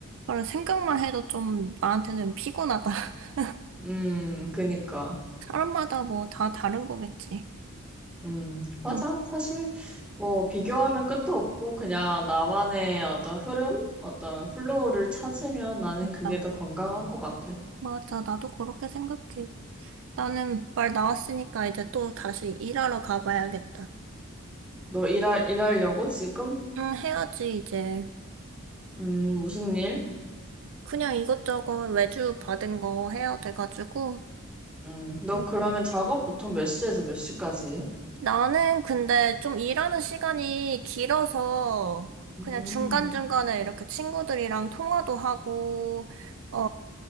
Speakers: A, on the right; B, in the centre.
A: 그래, 생각만 해도 좀 나한테는 피곤하다. <laughs>
B: 음, 그니까.
A: 사람마다 뭐 다 다른 거겠지.
B: 음, 맞아.
A: 응,
B: 사실, 뭐, 비교하면 끝도 없고, 그냥 나만의 어떤 흐름, 어떤 플로우를 찾으면 나는 그게
A: 아,
B: 더 건강한 것 같아.
A: 맞아. 나도 그렇게 생각해. 나는 말 나왔으니까 이제 또 다시 일하러 가봐야겠다.
B: 너 일할, 일하려고 지금?
A: 응, 해야지, 이제.
B: 음, 무슨 일?
A: 그냥 이것저것 외주 받은 거 해야 돼가지고.
B: 음, 너
A: 응.
B: 그러면 작업 보통 몇 시에서 몇 시까지 해?
A: 나는 근데 좀 일하는 시간이 길어서
B: 음,
A: 그냥 중간중간에 이렇게 친구들이랑 통화도 하고, 어,